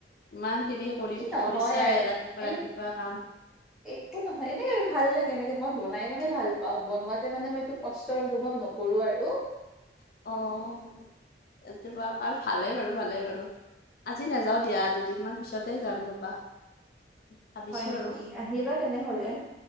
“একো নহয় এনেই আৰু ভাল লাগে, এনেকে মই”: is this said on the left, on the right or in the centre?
Centre